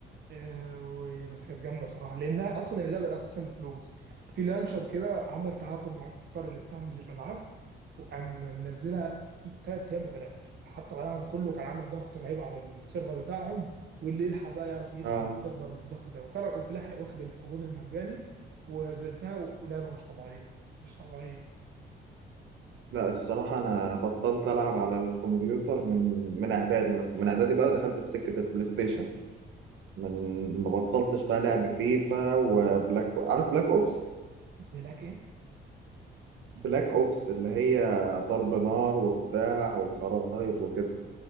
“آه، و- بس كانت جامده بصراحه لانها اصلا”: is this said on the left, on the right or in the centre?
Right